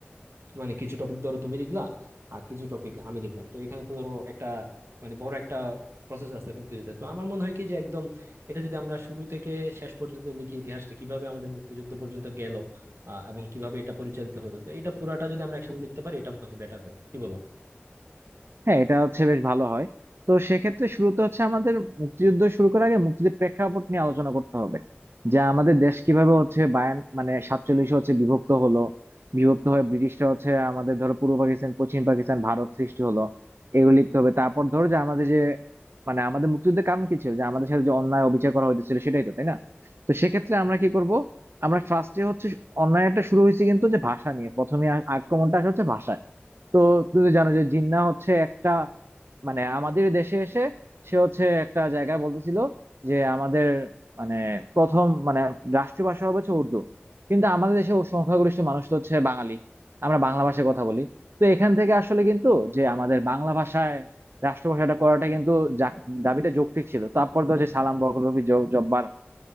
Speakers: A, on the right; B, on the right.
A: মানে কিছু টপিক ধরো তুমি লিখলা আর কিছু টপিক আমি লিখলাম তো এখানে তো ধরো একটা মানে বড় একটা প্রসেস আছে মুক্তিযুদ্ধের তো আমার মনে হয় কি যে একদম এটা যদি আমরা শুরু থেকে শেষ পর্যন্ত লিখি ইতিহাসটা কিভাবে আমাদের মুক্তিযুদ্ধ পর্যন্ত গেল আহ এবং কিভাবে এটা পরিচালিত হলো তো এটা পুরাটা যদি আমরা একসাথে লিখতে পারি এটা মনে হয় বেটার হয় কি বলো
B: হ্যাঁ এটা হচ্ছে বেশ ভালো হয় তো সেক্ষেত্রে শুরুতে হচ্ছে আমাদের মুক্তিযুদ্ধ শুরু করার আগে মুক্তিযুদ্ধের প্রেক্ষাপট নিয়ে আলোচনা করতে হবে যা আমাদের দেশ কিভাবে হচ্ছে বায়ান মানে সাতচল্লিশে হচ্ছে বিভক্ত হলো বিভক্ত হয়ে ব্রিটিশরা হচ্ছে আমাদের ধরো পূর্ব পাকিস্তান পশ্চিম পাকিস্তান ভারত সৃষ্টি হলো এগুলো লিখতে হবে তারপর ধরো যে আমাদের যে মানে আমাদের মুক্তিযুদ্ধের কারণ কি ছিল যে আমাদের সাথে যে অন্যায় অবিচার করা হয়েছিল সেটাই তো তাই না তো সেক্ষেত্রে আমরা কি করব আমরা ফার্স্টে হচ্ছে অন্যায়টা শুরু হয়েছে কিন্তু যে ভাষা নিয়ে প্রথমে আ- আক্রমণটা আসে হচ্ছে ভাষায় তো তুমি তো জানো যে জিন্না হচ্ছে একটা মানে আমাদের দেশে এসে সে হচ্ছে একটা জায়গায় বলতেছিল যে আমাদের মানে প্রথম মানে রাষ্ট্রীয় ভাষা হবে হচ্ছে উর্দু কিন্তু আমাদের দেশে ও সংখ্যাগরিষ্ঠ মানুষ তো হচ্ছে বাঙালি আমরা বাংলা ভাষায় কথা বলি তো এখান থেকে আসলে কিন্তু যে আমাদের বাংলা ভাষায় রাষ্ট্রভাষাটা করাটা কিন্তু যা- দাবিটা যৌক্তিক ছিল তারপর তো হচ্ছে সালাম বরকত রফি জ- জব্বার